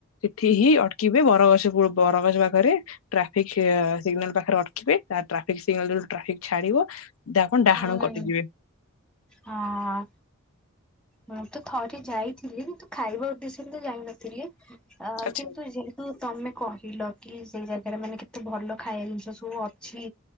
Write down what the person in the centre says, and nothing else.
ହୁଁ।
ହଁ ମୁଁ ତ ଥରେ ଯାଇଥିଲି କିନ୍ତୁ ଖାଇବା ଉଦ୍ଦେଶ୍ୟରେ ତ ଯାଇନଥିଲି ଅ
କିନ୍ତୁ ଯ ତ ତମେ କହିଲ କି ସେଇ ଜାଗାରେ ମାନେ କେତେ ଭଲ ଖାଇବା ଜିନିଷ ସବୁ ଅଛି